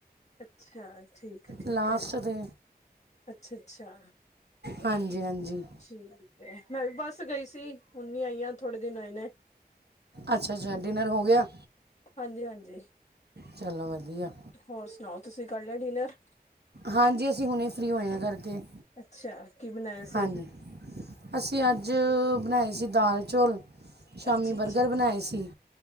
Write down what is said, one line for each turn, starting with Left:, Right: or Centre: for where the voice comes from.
Left: ਅੱਛਾ ਠੀਕ ਏ ਠੀਕ
Right: ਲਾਸਟ
Left: ਏ,
Right: ਤੇ
Left: ਅੱਛਾ-ਅੱਛਾ।
Right: ਹਾਂਜੀ-ਹਾਂਜੀ।
Left: ਠੀਕ ਏ ਮੈਂ ਵੀ ਬਸ ਗਈ ਸੀ ਹੁੰਨੀ ਆਈ ਆ ਥੋੜੇ ਦਿਨ ਹੋਏ ਨੇ।
Right: ਅੱਛਾ-ਅੱਛਾ ਡਿਨਰ ਹੋ ਗਿਆ?
Left: ਹਾਂਜੀ-ਹਾਂਜੀ,
Right: ਚਲੋ ਵਧੀਆ
Left: ਹੋਰ ਸੁਣਾਓ ਤੁਸੀਂ ਕਰ ਲਿਆ ਡਿਨਰ?
Right: ਹਾਂਜੀ ਅਸੀਂ ਹੁਣੇ ਫਰੀ ਹੋਏ ਆ ਕਰਕੇ,
Left: ਅੱਛਾ ਕੀ ਬਣਾਇਆ ਸੀ
Right: ਹਾਂਜੀ। ਅਸੀਂ ਅੱਜ ਬਣਾਏ ਸੀ ਦਾਲ, ਚੌਲ। ਸ਼ਾਮੀ
Left: ਅੱਛਾ-ਅੱਛਾ,
Right: ਬਣਾਏ ਸੀ